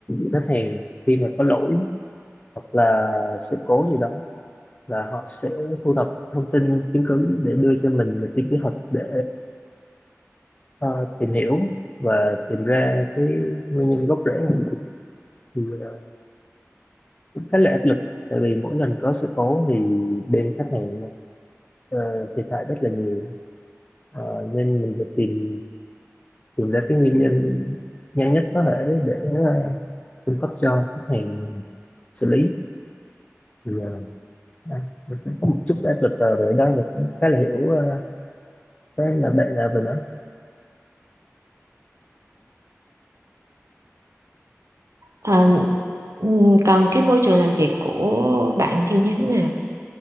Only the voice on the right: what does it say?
Ờ, ừm, còn cái môi trường làm việc của bạn thì như thế nào?